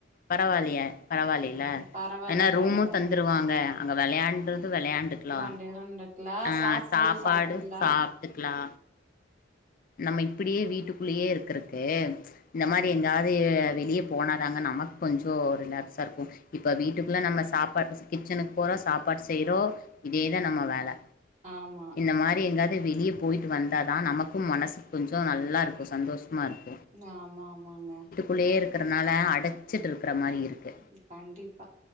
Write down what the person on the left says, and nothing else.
பரவாயில்லய பரவாயில்லலா
ஏன்னா
ரூமும் தந்துருவாங்க அங்க விளையாடுறது விளையாண்டுக்கலா
அ
சாப்பாடு
சாப்ட்டுக்கலா நம்ம இப்டியே வீட்டுக்குள்ளேயே இருக்குறக்கு இந்த
மாரி எங்காது அது வெளிய போனாதாங்க நமக்கு கொஞ்ச ரிலாக்ஸா இருக்கும் இப்ப வீட்டுக்குள்ள நம்ம சாப்பாடு கிச்சனுக்கு போறோ சாப்பாடு செய்யறோ இதேதா நம்ம வேல
இந்த மாரி எங்காவது வெளியே போய்ட்டு வந்தா தா நமக்கும் மனசு கொஞ்ச நல்லாயிருக்கும் சந்தோஷமா இருக்கும்
உள்ளயே இருக்கிறனால அடச்சுட்டு இருக்குற மாரி இருக்கு